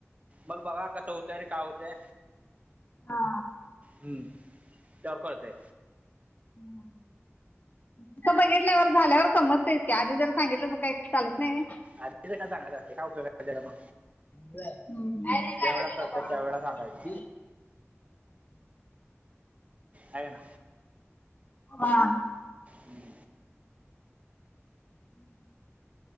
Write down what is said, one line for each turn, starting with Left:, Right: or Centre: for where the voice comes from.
Right: मग बघा कसं होते आणि काय होते?
Left: हा,
Right: हम्म, त्यावर कळते.
Left: हम्, तिथं बघितल्यावर झाल्यावर समजतेस की आधी जर सांगितलं तर काही चालत नाही.
Right: आरतीला सांगायच ना काय उपयोगला तीचा मग
Left: बरं काय नही
Right: ज्या
Left: लाडाची
Right: वेळा करते
Left: बबा <unintelligible>
Right: त्यावेळेला सांगायचं आहे ना.
Left: हा,
Right: हम्म,
Left: <inaudible>